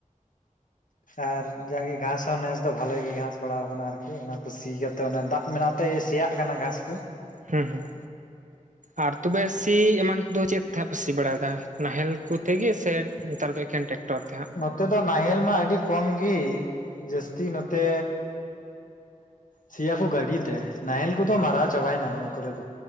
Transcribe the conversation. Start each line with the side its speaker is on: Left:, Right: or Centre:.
Left: ᱟᱨ ᱡᱟᱜᱮ ᱜᱷᱟᱸᱥ ᱦᱚᱸ ᱱᱮᱥ ᱫᱚ ᱵᱷᱟᱞᱮᱜ ᱜᱮ ᱜᱷᱟᱸᱥ ᱵᱟᱲᱟ ᱟᱠᱟᱱᱟ ᱟᱨᱠᱤ ᱚᱱᱟᱠᱩ ᱥᱤ ᱠᱟᱛᱮ ᱫᱟᱜ ᱢᱮᱱᱟᱜ ᱛᱮ ᱥᱮᱭᱟᱜ ᱠᱟᱱᱟ ᱜᱷᱟᱸᱥ ᱠᱚ
Right: ᱦᱩᱸ ᱦᱩᱸ ᱟᱨ ᱛᱚᱵᱮ ᱥᱤ ᱮᱢᱟᱱ ᱠᱚᱫᱚ ᱪᱮᱫ ᱛᱮ ᱯᱮ ᱥᱤ ᱵᱟᱲᱟᱭᱮᱫᱟ ᱱᱟᱦᱮᱞ ᱠᱚᱛᱮ ᱜᱮ ᱥᱮ ᱱᱮᱛᱟᱨ ᱫᱚ ᱮᱠᱮᱱ ᱴᱮᱠᱴᱚᱨ ᱛᱮ ᱦᱟᱸᱜ
Left: ᱱᱚᱛᱮ ᱫᱚ ᱱᱟᱦᱮᱞ ᱢᱟ ᱟᱹᱰᱤ ᱠᱚᱢ ᱜᱮ ᱡᱟᱹᱥᱛᱤ ᱱᱚᱛᱮ ᱥᱤᱭᱟ ᱠᱚ ᱜᱟᱹᱰᱤ ᱛᱮ ᱱᱟᱦᱮᱞ ᱠᱚᱫᱚ ᱢᱟᱨᱟᱣ ᱪᱟᱵᱟᱭᱱᱟ ᱱᱚ ᱠᱚᱨᱮ ᱫᱚ